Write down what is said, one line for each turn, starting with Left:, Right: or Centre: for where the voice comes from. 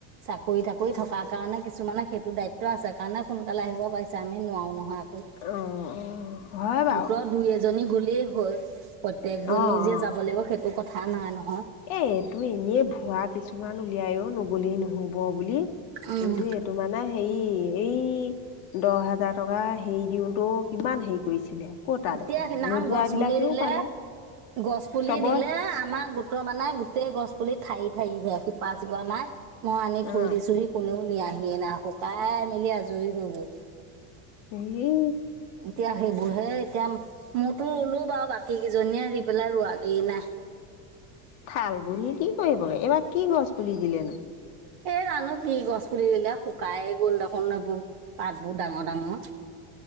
Right: চাকৰি তাকৰি থকাৰ কাৰণে কিছুমানে সেইটো দায়িত্ব আছে কাৰণে সোনকালে আহিব পাৰিছে আমি নোৱাৰো নহয়। কওঁ
Left: অ অ হয় বাৰু
Right: গোটৰ দুই এজনী গ'লেই হয় প্ৰত্য়েকজনী
Left: অ
Right: যে
Left: অ
Right: যাব লাগিব সেইটো কথা থা নাই ন
Left: এ এইটো এনেই ভুৱা কিছুমান উলিয়াই অ নোব গ'লেই নহ'ব বুলি
Right: উম
Left: কিন্তু এইটো মানে হেৰি এই দহ হাজাৰ টকা হেৰি দিওতো কিমান হেৰি কৰিছিলে। কতা
Right: এতিয়া
Left: দেখোন
Right: সিদিনাখন
Left: নোযোৱা
Right: গছ
Left: বিলাকেও
Right: পুলি দিলে
Left: পালে
Right: গছ পুলি
Left: চবৰে
Right: দিলে আমাক গো- মানে গোটেই গছ পুলি ঠাই ঠাই হৈ আছে শিপা চিপা নাই। মই আনি থৈ
Left: অ
Right: দিছোহি কোনেও নিয়াহিয়ে নাই শুকাই মেলি আজৰি হৈ গ'ল।
Left: এই
Right: এতিয়া সেইবোৰ হে এতিয়া, মইতো ৰুলো বাৰু বাকী কেইজনীয়ে ৰি পেলাই ৰোৱাগেই নাই।
Left: থাল বুলি কি কৰিবগে এইবাৰ কি গছ পুলি দিলেনো?
Right: এ জানো কি গছ পুলি দিলে শুকাই গ'ল দেখোন এইবোৰ পাতবোৰ ডাঙ ডাঙ। <inaudible>